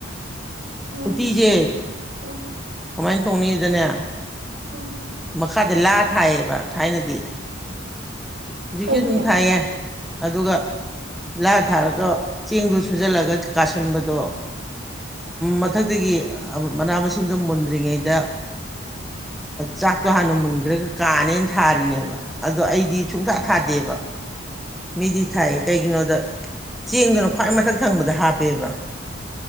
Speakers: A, on the right; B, in the centre.
A: ꯎꯝ
B: ꯇꯖꯦ
A: ꯎꯝ
B: ꯀꯃꯥꯏꯅ ꯇꯧꯅꯤꯗꯅꯦ
A: ꯎꯝ
B: ꯃꯈꯥꯗ ꯂꯥ ꯊꯥꯏꯌꯦꯕ ꯊꯥꯏꯅ ꯑꯗꯨꯗꯤ ꯍꯧꯖꯤꯛꯁꯨ
A: ꯀꯩꯒꯤ
B: ꯑꯗꯨꯝ ꯊꯥꯏꯌꯦ ꯑꯗꯨꯒ ꯂꯥ ꯊꯥꯔꯁꯨ ꯆꯦꯡꯗꯣ ꯁꯨꯖꯜꯂꯒ ꯀꯥꯁꯟꯕꯗꯣ ꯃꯊꯛꯇꯒꯤ ꯃꯅꯥ ꯃꯁꯤꯡꯗꯣ ꯃꯨꯟꯗ꯭ꯔꯤꯉꯩꯗ ꯆꯥꯛꯇꯣ ꯍꯥꯟꯅ ꯃꯨꯟꯈ꯭ꯔꯒ ꯀꯥꯅꯦꯅ ꯊꯥꯔꯤꯅꯦꯕ ꯑꯗꯣ ꯑꯩꯗꯤ ꯁꯨꯡꯊꯥ ꯊꯥꯗꯦꯕ ꯃꯤꯗꯤ ꯊꯥꯏꯌꯦ ꯀꯩꯒꯤꯅꯣꯗ ꯆꯦꯡꯗꯨꯅ ꯈ꯭ꯋꯥꯏ ꯃꯊꯛ ꯊꯪꯕꯗ ꯍꯥꯞꯄ ꯄꯦꯕꯥ